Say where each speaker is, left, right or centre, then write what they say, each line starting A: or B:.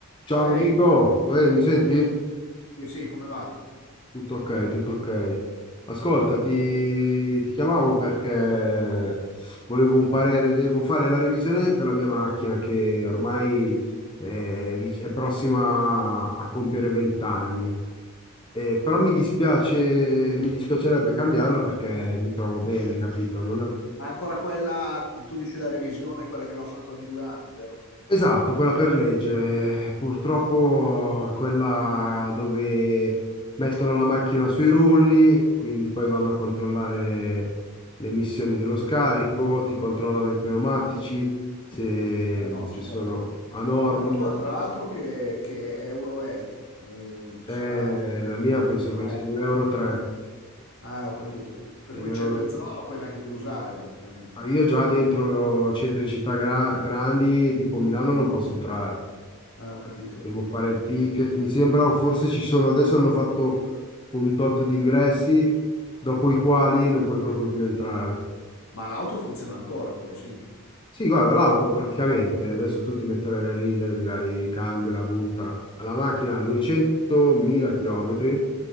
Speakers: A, on the left; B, on the left.
A: Ciao
B: Ciao
A: Eric,
B: Enrico, Uè, mi senti?
A: sì sì, come va?
B: Tutto ok, tutto ok. Ascolta, ti, ti chiamavo perché volevo un parere, devo fare la revisione della mia macchina che ormai è, vic- è prossima a compiere 20 anni. Eh, però mi dispiace, mi dispiacerebbe cambiarla perché mi trovo bene, capito?
A: Ma ancora quella, tu dici la revisione, quella che va fatta ogni due anni, vero?
B: Esatto, quella per legge. Eh, Purtroppo quella dove mettono la macchina sui rulli, quindi poi vanno a controllare le emissioni dello scarico, ti controllano i pneumatici, se,
A: Eh no,
B: se
A: certo.
B: sono a norma.
A: Ma la tua, tra l'altro, che, che euro è? Eh, sarà
B: Eh, la mia penso
A: 3?
B: che sia un euro 3.
A: Ah, ho capito. Per
B: un
A: cui in
B: euro-
A: certe zone
B: tre.
A: non puoi neanche più usare, praticamente.
B: Ah, Io già dentro centri città gra- grandi, tipo Milano, non posso entrare.
A: Ah, ho capito,
B: Devo
A: ho capito.
B: fare il ticket, mi sembra, o forse ci sono, adesso hanno fatto un tot di ingressi, dopo i quali non puoi proprio più entrare.
A: Ma l'auto funziona ancora, però, sì.
B: Sì, guarda, l'auto praticamente, adesso tu ti metterai a ridere, dirai cambiala, buttala. La macchina ha 200.000 km,